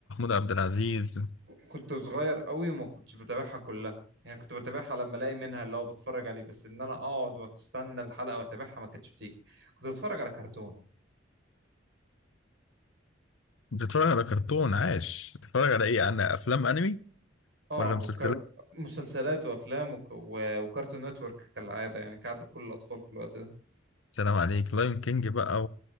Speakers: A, on the left; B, on the right.
A: عبد العزيز
B: كنت صغير قوي وما كنتش بتابعها كلها يعني كنت بتابعها لما الاقي منها اللي هو بتفرج عليه بس ان انا اقعد واستنى الحلقه واتابعها ما كانتش بتيجي كنت بتفرج على كرتون
A: بتتفرج على كرتون عاش بتتفرج على ايه على افلام انمي
B: اه
A: ولا مسلسلات
B: وكر... مسلسلات وافلام وك... و... وكارتون نتورك كالعاده يعني كعادة كل الاطفال في الوقت ده
A: سلام عليك لايون كينج بقى